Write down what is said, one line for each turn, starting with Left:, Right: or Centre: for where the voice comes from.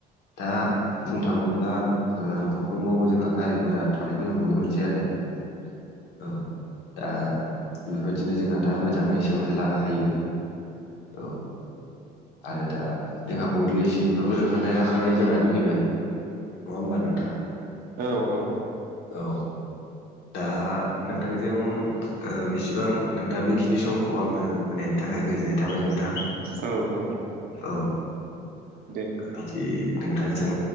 Left: दा बुंनो थाङोब्ला ओ नखरफ्रोमवबो जोंहा गारि गुरा थानायखौ जों नुनो मोनसै आरो औ दा बेबायदिनो जोंहा दा मोजाङै सोलोंथाइ लानो हायो औ आरो दा जोंहा बयबो एसे एनैबाबो रोंखानाय राखानाय जानानै फैबाय नङा होमबा नोंथां
Right: औ औ
Left: औ दा नोंथांजों बेसेबां नोंथाङा बेखिनि समखौ आंङो होनाय नि थाखाय गोजोननाय थाबाय नोंथां
Right: औ औ औ
Left: औ
Right: दे
Left: बिदि नोंथांजों